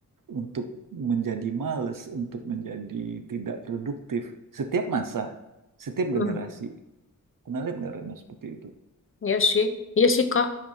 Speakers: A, on the right; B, on the left.
A: untuk menjadi males, untuk menjadi tidak produktif. Setiap masa, setiap
B: Hmm,
A: generasi. Pernah lihat nggak Retno seperti itu?
B: iya sih. Iya sih, Kak.